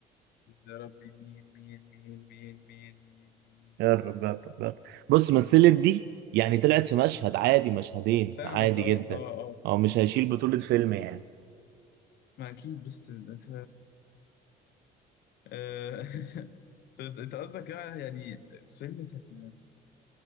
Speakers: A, on the left; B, on the right.
A: يا ربي مين مين مين مين مين مين مين
B: يا رب يا رب يا رب. بص مثلت دي يعني طلعت في مشهد عادي مشهدين
A: فاهمك
B: عادي
A: اه
B: جدا
A: اه اه
B: هو مش هيشيل بطولة فيلم يعني
A: ما اكيد بس انت آه، <laughs> طب انت قصدك يعني يعني فيلم كان